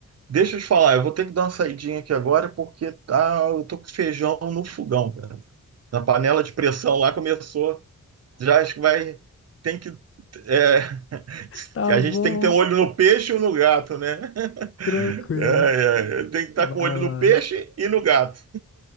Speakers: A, on the right; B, on the left.
A: Deixa eu te falar, eu vou ter que dar uma saidinha aqui agora porque tá, eu tô com feijão no fogão, cara. Na panela de pressão lá começou Já acho que vai. Tem que. é, <laughs>
B: Tá
A: a
B: bom.
A: gente tem que ter um olho no peixe e um no gato, né? <laughs>
B: Tranquilo.
A: É, é, tem que estar
B: Vai
A: com o olho
B: lá.
A: no peixe e no gato.